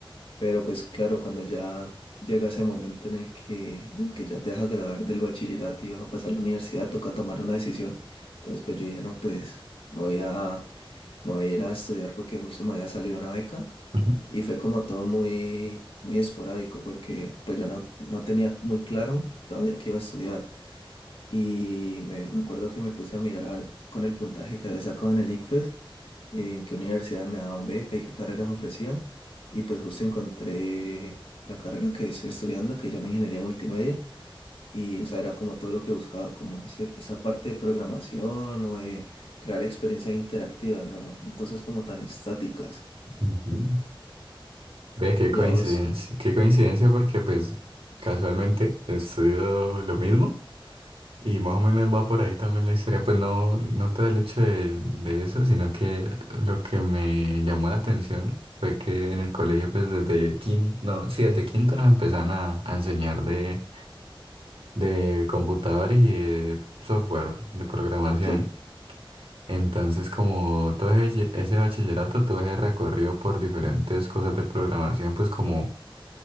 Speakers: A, on the left; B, on the right.
A: Pero pues claro, cuando ya llega ese momento en el que, en el que ya te vas a graduar del bachillerato y vas a pasar a la universidad, toca tomar una decisión. Entonces pues yo dije, no, pues me voy a Me voy a ir a estudiar porque justo me había salido una beca
B: ujú,
A: y fue como todo muy, muy esporádico porque pues yo no, no tenía muy claro todavía qué iba a estudiar. Y me, me acuerdo que me puse a mirar con el puntaje que había sacado en el ICFES, en qué universidades me daban beca y qué carreras ofrecían. Y pues justo encontré la carrera que estoy estudiando, que se llama Ingeniería Multimedia. Y, o sea, era como todo lo que buscaba, como ese- esa parte de programación o de crear experiencias interactivas, no, no cosas como tan estáticas.
B: ujú. Ve, qué coincidencia,
A: Ya vos,
B: qué coincidencia porque, pues, casualmente estudio lo mismo y más o menos va por ahí también la historia. Pues no, no todo el hecho de, de eso, sino que lo que me llamó la atención fue que en el colegio, pues, desde quinto, no, sí, desde quinto nos empezaban a a enseñar de de computadores y de software de programación.
A: sí,
B: Entonces, como todo ese, ese bachillerato, todo ese recorrido por diferentes cosas de programación, pues como